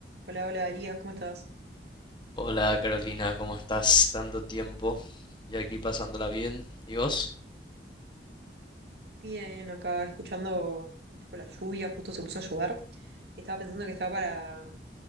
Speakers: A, on the right (about 65°); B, on the left (about 25°).
A: Hola, hola, Elías, ¿cómo estás?
B: Hola Carolina, ¿cómo estás? Tanto tiempo. Yo aquí pasándola bien. ¿Y vos?
A: Bien, acá escuchando un poco la lluvia, justo se puso a llover. Estaba pensando que estaba para,